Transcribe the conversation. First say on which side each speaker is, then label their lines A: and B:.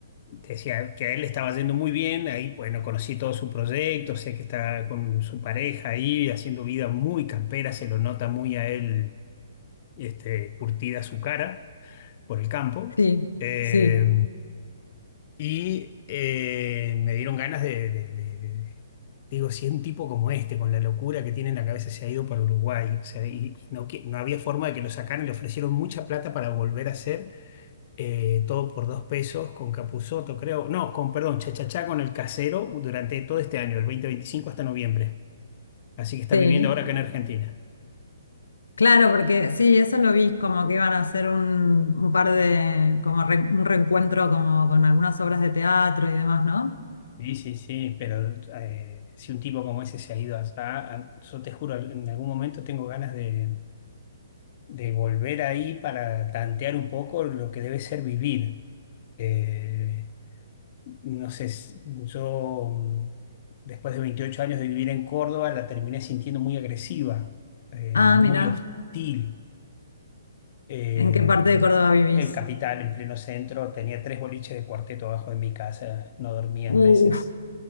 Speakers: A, on the left; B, on the left.
A: decía que a él le estaba yendo muy bien, ahí bueno, conocí todo su proyecto, sé que está con su pareja ahí haciendo vida muy campera, se lo nota muy a él este, curtida su cara por el campo.
B: sí,
A: Eh,
B: sí,
A: y eh, me dieron ganas de, de- de- de- digo, si un tipo como este, con la locura que tiene en la cabeza, se ha ido para Uruguay, o sea, y no, que- no había forma de que lo sacaran, le ofrecieron mucha plata para volver a hacer eh, todo por dos pesos con Capuzoto, creo, no, con, perdón, Chachachá con el casero durante todo este año, del 2025 hasta noviembre. Así que está
B: sí.
A: viviendo ahora acá en Argentina.
B: Claro, porque sí, eso lo vi, como que iban a hacer un, un par de, como re- un reencuentro como con algunas obras de teatro y demás, ¿no?
A: Sí, sí, sí, pero eh, si un tipo como ese se ha ido allá, a- yo te juro, en algún momento tengo ganas de, de volver ahí para tantear un poco lo que debe ser vivir. Eh, no sé, s- yo mm, después de 28 años de vivir en Córdoba la terminé sintiendo muy agresiva, eh,
B: Ah,
A: muy
B: mira,
A: hostil. Eh,
B: ¿en qué parte de Córdoba vivís?
A: el capital en pleno centro tenía tres boliches de cuarteto abajo de mi casa, no dormía
B: Uf,
A: en meses.